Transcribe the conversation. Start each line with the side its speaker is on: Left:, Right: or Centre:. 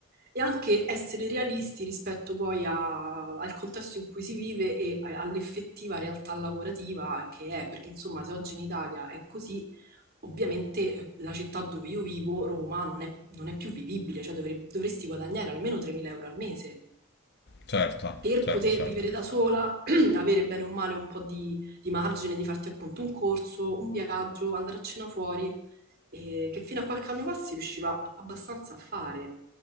Right: e anche essere realisti rispetto poi a- al contesto in cui si vive e a- all'effettiva realtà lavorativa che è, perché insomma, se oggi in Italia è così, ovviamente eh, la città dove io vivo, Roma, non è, non è più vivibile, cioè dovre- dovresti guadagnare almeno 3.000 euro al mese
Left: Certo,
Right: per
Left: certo,
Right: poter
Left: certo.
Right: vivere da sola, <clears throat> avere bene o male un po' di, di margine, di farti appunto un corso, un viaggio, andare a cena fuori, eh, che fino a qualche anno fa si riusciva abbastanza a fare.